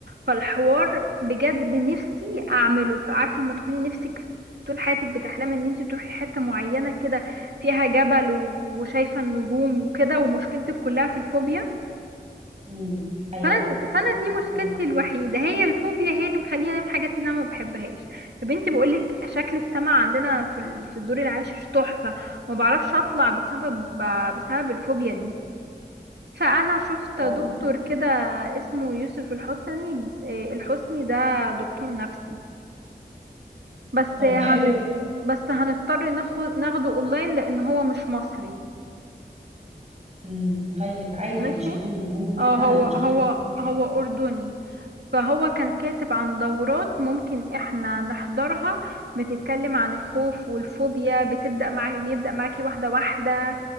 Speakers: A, on the right (about 70°); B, on the right (about 40°).
A: فالحوار بجد نفسي أعمله فعارفة ما تكوني نفسك طول حياتك بتحلمي إن انتي تروحي حتة معينة كده فيها جبل و- وشايفة النجوم وكده ومشكلتك كلها في الفوبيا
B: امم ايوه
A: فأنا فأنا دي مشكلتي
B: آه،
A: الوحيدة هي الفوبيا هي اللي مخليني أعمل حاجات اللي أنا ما بحبهاش يا بنتي بقولك شكل السما عندنا في ال- في الدور العاشر تحفة ما بعرفش أطلع بسبب بسبب الفوبيا دي فأنا شفت
B: هو
A: دكتور
B: برضه-
A: كده اسمه يوسف الحسني آه، الحسني ده دكتور نفسي بس
B: طب
A: هن
B: ده حلو ده
A: بس هنضطر ناخد ناخده اونلاين لان هو مش مصري
B: امم طيب عادي
A: ماشي
B: مش مهم المهم ان
A: اه
B: احنا
A: هو
B: نشوف
A: هو
B: نتيجة في
A: هو
B: الاخر
A: اردني فهو كان كاتب عن دورات ممكن احنا نحضرها بتتكلم عن الخوف والفوبيا بتبدأ معاك بيبدأ معاكي واحدة واحدة